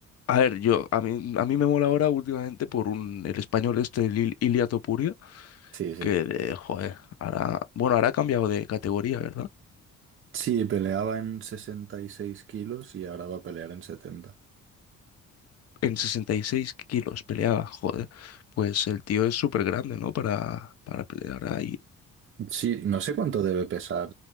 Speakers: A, on the left (about 55°); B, on the right (about 40°).
A: a ver, yo, a mí, a mí me mola ahora últimamente por un, el español este, el Il- Ilia Topuria,
B: Sí, sí.
A: que, de, joder, ahora, bueno, ahora ha cambiado de categoría, ¿verdad?
B: Sí, peleaba en 66 kilos y ahora va a pelear en setenta.
A: En 66 kilos peleaba, joder. Pues el tío es súper grande, ¿no? Para, para pelear ahí.
B: Sí, no sé cuánto debe pesar